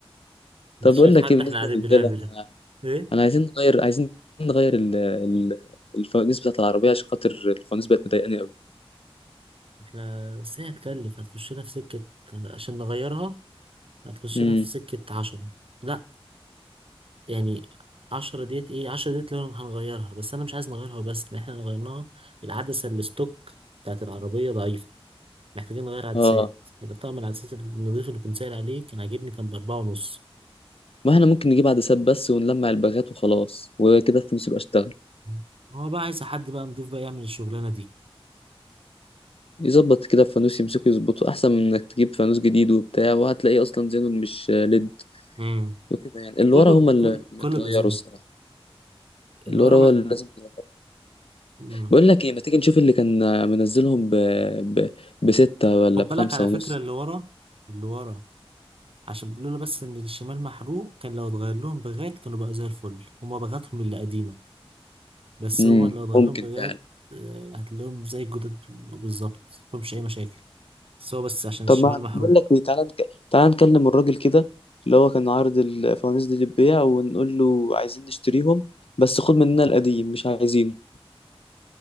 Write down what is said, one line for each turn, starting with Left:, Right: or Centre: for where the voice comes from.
Left: طب
Right: انت شايف
Left: اقول لك
Right: حتى
Left: ايه بالنسبه
Right: احنا قاعدين
Left: للرجاله
Right: بنعملها ايه
Left: انا عايزين نغير عايزين نغير ال... ال... الفوانيس بتاعت العربية عشان خاطر الفوانيس بقت مضايقاني قوي
Right: احنا بس هي هتكلف هتخش لها في سكة عشان نغيرها هتخش
Left: امم
Right: لها في سكة عشرة لا يعني عشرة ديت ايه عشرة ديت لو هنغيرها بس انا مش عايز نغيرها بس احنا لو غيرناها العدسة اللي ستوك بتاعت العربية ضعيفة محتاجين نغير عدسات
Left: اه
Right: يبقى طقم العدسات النظيف اللي كنت سائل عليه كان عاجبني كان بأربعة ونص
Left: ما احنا ممكن نجيب عدسات بس ونلمع الباغات وخلاص وكده الفانوس يبقى اشتغل
Right: مم. هو بقى عايز حد بقى نضيف بقى يعمل الشغلانة دي
Left: يظبط كده الفانوس يمسكه يظبطه احسن من انك تجيب فانوس جديد وبتاع وهتلاقيه اصلا زينون مش ليد
Right: امم
Left: وكده يعني اللي
Right: كله
Left: ورا هما
Right: ب...
Left: اللي
Right: كل
Left: متغيروا
Right: كله بأذنه
Left: الصراحة
Right: اللي
Left: اللي
Right: ورا
Left: ورا هو
Right: مح...
Left: اللي لازم يتغير
Right: مم.
Left: بقول لك ايه ما تيجي نشوف اللي كان منزلهم ب... ب... بستة ولا
Right: خد
Left: بخمسة
Right: بالك على
Left: ونص
Right: فكرة اللي ورا اللي ورا عشان بيقولوا له بس ان الشمال محروق كان لو اتغير لهم بغات كانوا بقى زي الفل هما بغاتهم اللي قديمة بس
Left: امم
Right: هما لو اتغير
Left: ممكن
Right: لهم بغات
Left: فعلا
Right: آه، هتلاقيهم زي الجداد بالظبط مفهمش أي مشاكل بس هو بس عشان الشمال
Left: طب ما
Right: محروق
Left: بقول لك ايه تعالى نك... تعالى نكلم الراجل كده اللي هو كان عارض الفوانيس دي للبيع ونقول له عايزين نشتريهم بس خد مننا القديم مش عايزينه